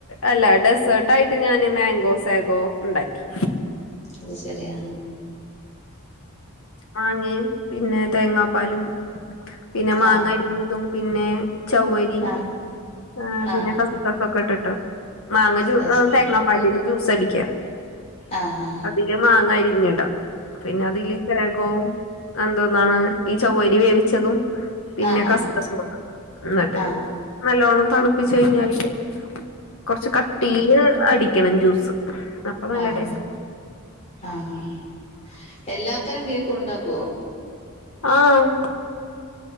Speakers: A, on the left (about 60°); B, on the left (about 30°).
A: അല്ല ഡെസേർട്ട് ആയിട്ട് ഞാന് മാങ്കോ സാഗോ ഇണ്ടാക്കി
B: അത്ശരി അ ആഹ്
A: മാങ്ങയും പിന്നെ തേങ്ങാപ്പാലും പിന്നെ മാങ്ങരിഞ്ഞതും
B: ആ
A: പിന്നെ ചൗവരി
B: ആ
A: ആഹ് പിന്നെ
B: ആ ആ ആ
A: കസ്തൊക്കെട്ടട്ടോ. മാങ്ങ ജൂ
B: അത് ശരി
A: ങ് തേങ്ങാപ്പള്ളില് ജ്യൂസ് അടിക്ക
B: ആഹ് ആഹ്
A: ന്റെ മാങ്ങ അരിഞ്ഞിടാ പിന്നെ അതില്. വേകോ എന്തോന്നാണ് ഈ ചാവ്വരി വേവിച്ചതും. പിന്നെ
B: ആ ആ ആ
A: കസ്ക്കസ്സുട്
B: ആ
A: ന്നിട്ട്
B: ആ ആ
A: നല്ലോണ്ണം തെളപ്പിച്ച കഴിഞ്ഞാല്. കൊറച്ച് കട്ടീല് അടിക്കണം ജ്യൂസ്. അപ്പൊ നല്ല
B: ആഹ്
A: ടേസ്റ്റ്
B: ആഹ് ആഹ് എല്ലാത്തരം കേക്കും ഉണ്ടാക്കോ?
A: ആഹ്